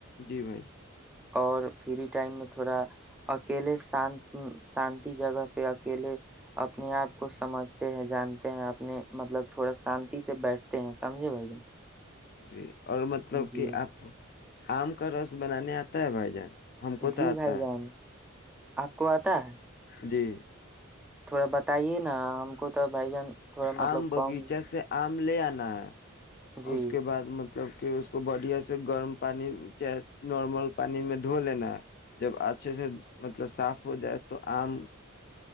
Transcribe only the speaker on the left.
جی بھائی جان
جی اور مطلب
کہ آپ آم کا رس بنانے آتا ہے بھائی جان ہم کو
تو آتا
ہے
جی
آم باغیچہ
سے آم لے آنا ہے
اس کے بعد مت مطلب کہ اس کو بڑھیا سے گرم پانی چاہے نارمل پانی میں دھو لینا ہے جب اچھے سے مطلب صاف ہو جائے تو آم